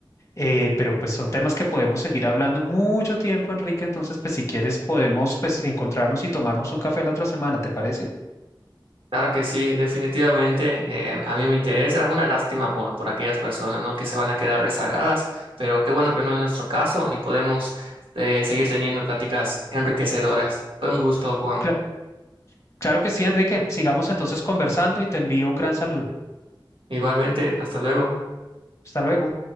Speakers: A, on the left; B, on the right.
A: Eh, pero pues son temas que podemos seguir hablando mucho tiempo, Enrique. Entonces, pues si quieres podemos pues encontrarnos y tomarnos un café la otra semana, ¿te parece?
B: Claro que sí, definitivamente eh, a mí me interesa. Una lástima por, por aquellas personas, ¿no? que se van a quedar rezagadas, pero qué bueno que no es nuestro caso y podemos eh, seguir teniendo pláticas enriquecedoras. Fue un gusto, Juan.
A: Cla- Claro que sí, Enrique. Sigamos entonces conversando y te envío un gran saludo.
B: Igualmente, hasta luego.
A: Hasta luego.